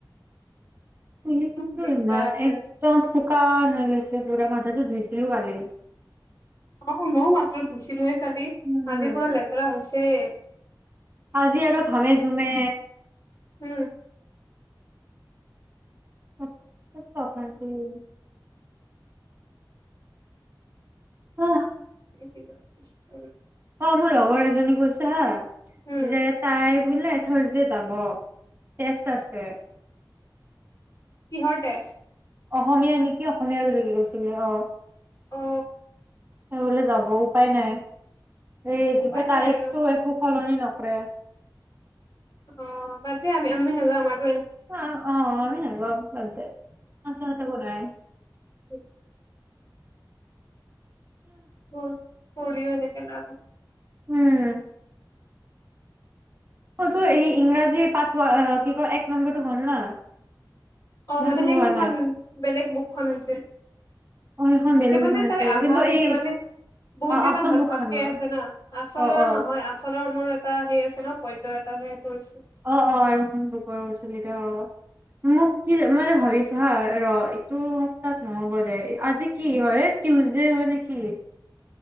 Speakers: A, on the right; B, on the left.
A: <unintelligible>
B: উম দিগদাৰ
A: ইমান একদম। কাঁহ হৈ গৈছে পুৰা মাথাতো ধুইছিলোঁ কালি।
B: অ', ময়ো মাত্ৰ ধুইছিলোঁহে। খালি
A: উম,
B: আজি পুৰা লেতেৰা হৈছে। সেয়ে।
A: আজি আৰু ঘামে-জুমে।
B: উম
A: <unintelligible> উম। অ'হ।
B: <inaudible>
A: অ', মোৰ লগৰ এজনী কৈছে হা।
B: উম
A: যে তাই। বলে থাৰ‌্ছডে যাব, টেষ্ট আছে।
B: কিহৰ টেষ্ট?
A: অসমীয়াৰ নেকি অসমীয়াৰ বুলি কি কৈছিলে। অ'
B: অ
A: চবলে যাব উপায় নাই এই কি
B: উপায়
A: ক
B: নাই
A: তাৰিখটো
B: আৰু
A: একো ফলনি নাই নকৰে
B: অ ম আমি আমিনল
A: অ অ আমি নাগাওঁ মতেে আছা আছে কোনাই
B: উম উ পৰি হৈ নেকপ
A: উম অতটো এই ইংৰাজী পঠোৱা কি কয় এক নম্বৰটো হ'ল না
B: অ
A: যোনটো
B: মানে সেই
A: হোৱা
B: সেইখন
A: নাই
B: বেলেগ বুকখন হৈছে
A: অ সেইখন
B: হৈছে
A: বেলেগ বুকখন
B: মানে তাৰে
A: আছে
B: আধা
A: কিন্তু
B: হৈছে
A: এই
B: মানে বহুত কেইটা
A: আচল
B: ভাগ
A: বুকখনৰ
B: ভাগকে আছে না আচলৰ
A: অ অ
B: নহয় আচলৰ মোৰ এটা সেই আছে ন পৈ্য এটা সেইটো হৈছে
A: অ অ আৰু এখন বুকৰ উচলিত অ মোক কি মইত ভাবিছো হ ৰ এইটো সপ্তাহত নহ'ব আজি কি হয় টিউজডে হয় নেকি